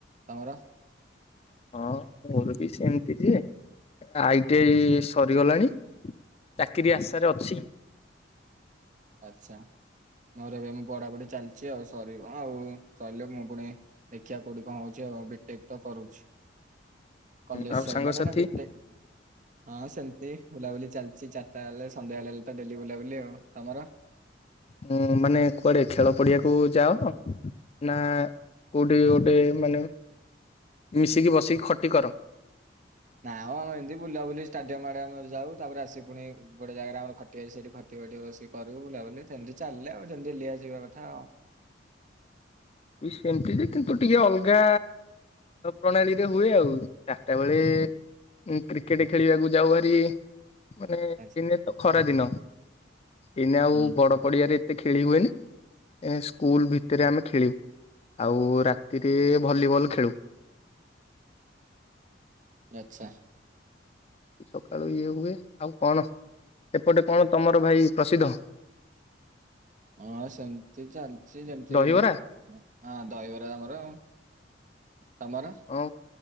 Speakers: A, on the right (about 45°); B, on the left (about 35°).
A: ତମର?
B: ହଁ ମୋର ବି ସେମିତି ଯେ ଆଇଟି ଆଇ ସରିଗଲାଣି ଚାକିରି ଆଶାରେ ଅଛି।
A: ଆଚ୍ଛା ମୋର ଏବେ ବଢା ବଢି ଚାଲିଛି ଆଉ ସରିବ ଆଉ ସାଇଲେ ମୁଁ ଫୁଣି ସେ କିଆ କୋଉଠି କଣ ହଉଛି ଆଉ ବିଟେକ ତ କରୁଛି କଲେଜ
B: ଆଉ
A: ସଇଲାଣି
B: ସାଙ୍ଗସାଥି
A: ନା ବିଟେକ ହଁ ସେମିତି ବୁଲାବୁଲି ଚାଲିଚଛି ଚାରିଟା ବେଳେ ସନ୍ଧ୍ୟା ବଳେ ଡେଲି ବୁଲାବୁଲି ଆଉ ତମର
B: ହୁଁ ମାନେ କୁଆଡେ ଖେଳ ପଡିଆକୁ ଯାଅ ନା କୋଉଠି ଗୋଟେ ମାନେ ମିଶିକି ବସିକି ଖଟି କର।
A: ନା ଆଉ ଆମ ଏମତି ବୁଲାବୁଲି ଷ୍ଟାଡିୟମ ଆଡେମର ଯାଉ ତାପରେ ଆସି ପୁଣି ଗୋଟେ ଜାଗାରେ ଆମର ଖଟି ହୁଏ ସେଠି ଘଟି ଘଟି ବସ କରିବୁ ବୁଲାବୁଲି ସେମିତି ଚାଲିଲେ ଆଉ ଯେମିତି ଲିଆ ଯିବା କଥା ଆଉ
B: ବି ସେମିତି ଯେ କିନ୍ତୁ ଟିକେ ଅଲଗା ପ୍ରଣାଳୀରେ ହୁଏ ଆଉ ଚାରିଟା ବେଳେ କ୍ରିକେଟ ଖେଳିବାକୁ ଯାଉ ହାରି ମାନେ ଦିନେ
A: ଆଚ୍ଛା
B: ତ ଖରା ଦିନ ଏଇନେ ଆଉ
A: ହୁଁ।
B: ବଡ ପଡିଆରେ ଏତେ ଖେଳି ହୁଏନି ଏ ସ୍କୁଲ ଭିତରେ ଆମେ ଖେଳିବୁ। ଆଉ ରାତିରେ ଭଲିବଲ ଖେଳୁ।
A: ଆଚ୍ଛା!
B: ସକାଳୁ ଇଏ ହୁଏ ଆଉ କଣ ଏପଟେ କଣ ତମର ଭାଇ ପ୍ରସିଦ୍ଧ?
A: ହଁ ସେମିତି ଚାଲିଛି ଯେମିତି
B: ଦହିବରା
A: ହଁ ଦହିବରା ଆମର ଆଉ ତମର।
B: ହଁ